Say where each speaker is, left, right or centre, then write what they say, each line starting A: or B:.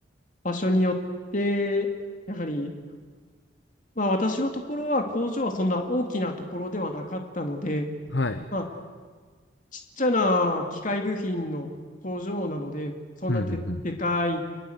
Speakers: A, on the left (about 45°); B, on the left (about 65°).
A: 場所によって、やはり、まあ、私のところは工場はそんな大きなところではなかったので、
B: はい。
A: まあ、ちっちゃな機械部品の工場なので、そんなで、
B: うんうんうん。
A: でかい、